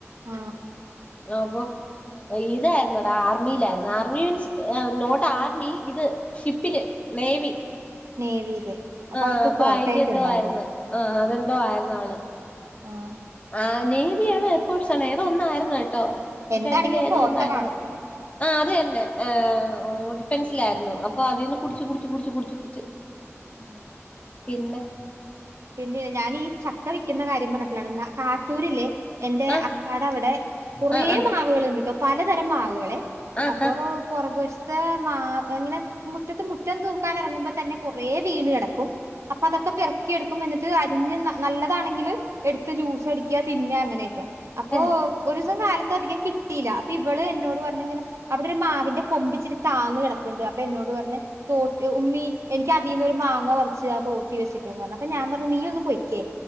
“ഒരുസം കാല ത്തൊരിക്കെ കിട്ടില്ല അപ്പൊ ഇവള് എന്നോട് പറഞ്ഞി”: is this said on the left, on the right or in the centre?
Right